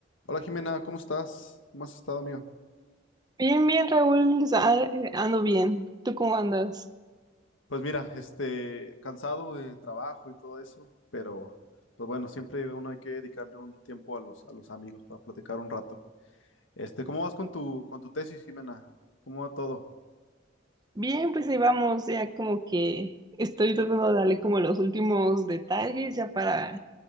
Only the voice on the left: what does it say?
Hola Jimena, ¿cómo estás? ¿Cómo has estado, amigo?
Pues mira, este, cansado de trabajo y todo eso, pero pues bueno, siempre uno hay que dedicarle un tiempo a los, a los amigos para platicar un rato. Este, ¿cómo vas con tu, con tu tesis, Jimena? ¿Cómo va todo?